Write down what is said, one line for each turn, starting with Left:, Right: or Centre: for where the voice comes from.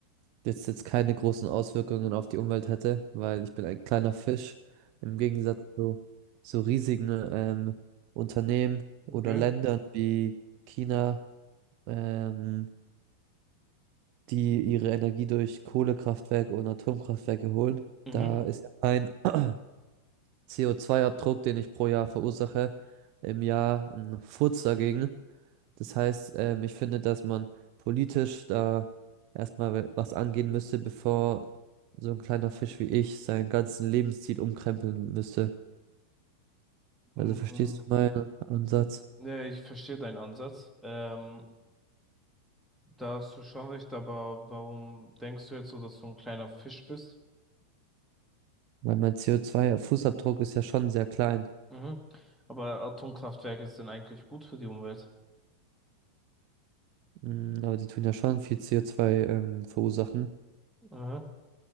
Right: jetzt jetzt keine großen Auswirkungen auf die Umwelt hätte, weil ich bin ein kleiner Fisch im Gegensatz zu so riesigen ähm, Unternehmen oder
Centre: Okay.
Right: Ländern wie China. Ähm, die ihre Energie durch Kohlekraftwerke und Atomkraftwerke holen.
Centre: Mhm.
Right: Da ist ja mein <clears throat> CO2-Abdruck, den ich pro Jahr verursache, im Jahr ein Furz dagegen. Das heißt, ähm, ich finde, dass man politisch da erstmal was angehen müsste, bevor so ein kleiner Fisch wie ich seinen ganzen Lebensstil umkrempeln müsste.
Centre: Mhm.
Right: Also verstehst du meinen Ansatz?
Centre: Die- Ne, ich verstehe deinen Ansatz. Ähm, da hast du schon recht, aber warum denkst du jetzt so, dass du ein kleiner Fisch bist?
Right: Weil mein CO2-Fußabdruck ist ja schon sehr klein.
Centre: Mhm. Aber Atomkraftwerke sind eigentlich gut für die Umwelt.
Right: Mm, Aber die tun ja schon viel CO2, ähm, verursachen.
Centre: Mhm.